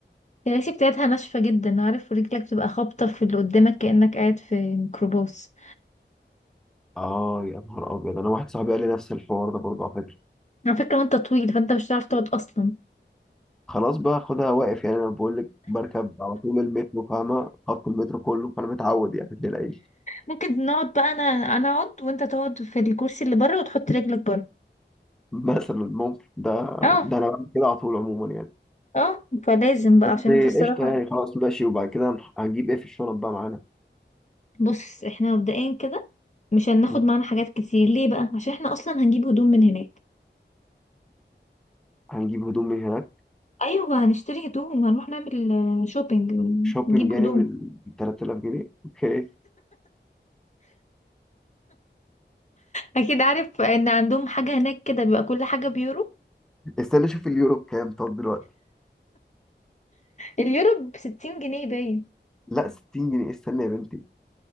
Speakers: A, on the left; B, in the centre.
A: الكراسي بتاعتها ناشفة جدا عارف رجلك بتبقى خابطة في اللي قدامك كأنك قاعد في ميكروباص
B: اه يا نهار ابيض انا واحد صاحبي قال لي نفس الحوار ده برضه على فكره
A: على فكرة وانت طويل فانت مش هتعرف تقعد اصلا
B: خلاص بقى خدها واقف يعني انا بقول لك بركب على طول المترو فاهمه خط المترو كله فانا متعود يعني الدنيا العيش
A: ممكن نقعد بقى انا انا اقعد وانت تقعد في الكرسي اللي بره وتحط رجلك بره
B: <laughs> مثلا ممكن ده
A: اه
B: ده انا بعمل كده على طول عموما يعني
A: اه فلازم بقى
B: بس
A: عشان انت الصراحة
B: قشطه يعني خلاص ماشي وبعد كده هنح- هنجيب ايه في الشنط بقى معانا
A: بص احنا مبدئيا كده مش هناخد
B: م?
A: معانا حاجات كتير ليه بقى عشان احنا اصلا هنجيب هدوم من هناك
B: هنجيب هدوم من هناك
A: ايوه هنشتري هدوم وهنروح نعمل آه، شوبينج
B: شوبينج
A: ونجيب
B: يعني
A: هدوم
B: بال 3000 جنيه اوكي
A: اكيد عارف ان عندهم حاجة هناك كده بيبقى كل حاجة بيورو
B: استنى اشوف اليورو بكام طب دلوقتي
A: اليورو بستين جنيه باين
B: لا 60 جنيه استنى يا بنتي